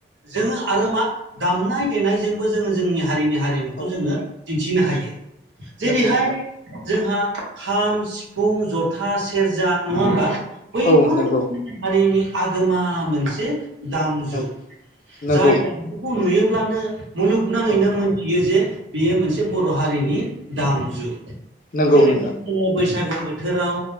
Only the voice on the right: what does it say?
जोंङो आरो मा दामनाय देनायजोंबो जोंङो जोंनि हारिनि हारिमु बेखौ
जोंङो दिन्थिनो हायो। जेरैहाय
जोंहा खाम सिफुं जथा सेरजा नङा होमबा। बैफोर
जोंनि हारिनि आगोमा मोनसे दामजु
जाय दामजुखौ नुयोब्लानो मुलुगनाङैनो
मोनथियो जे बेयो मोनसे बर' हारिनि दामजु।
जेरै
जोंङो बैसागो बोथोराव